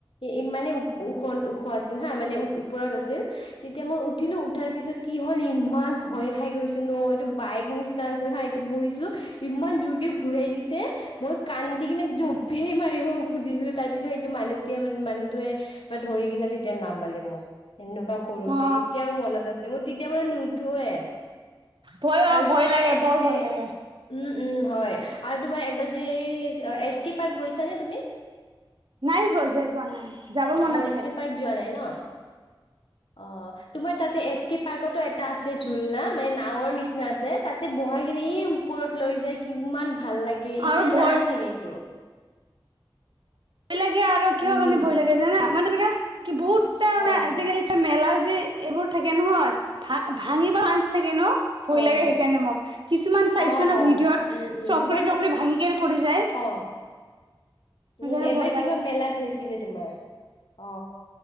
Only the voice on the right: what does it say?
অ
ভয় অ
ভয়
লাগে
বৰ
ভয় লাগে
নাই গৈ যাই পোৱা নাই যাব মন
আছে
আৰু ভয়
ভয় লাগে আৰু কিহৰ
কাৰণে ভয় লাগে জানা মানুহ লোকে
যি এইবোৰ থাকে নহয় ভা ভাঙিব আঞ্জ থাকে ন ভয়
লাগে
সেইকাৰণে মোক কিছুমান
চাইছো
না ভিডিঅত
চকৰি
তটকৰি ভাঙি কেনে পৰি যায়
সেইকাৰণে
ভয় লাগে